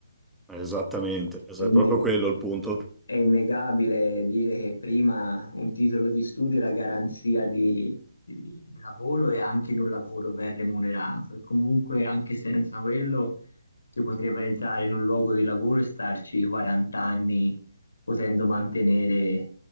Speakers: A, in the centre; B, on the left.
A: Esattamente, es-
B: è inne-
A: è proprio quello il punto.
B: È innegabile dire che prima un titolo di studio era garanzia di, di- di lavoro e anche di un lavoro ben remunerato. E comunque, anche senza quello, si potrebbe entrare in un luogo di lavoro e starci 40 anni potendo mantenere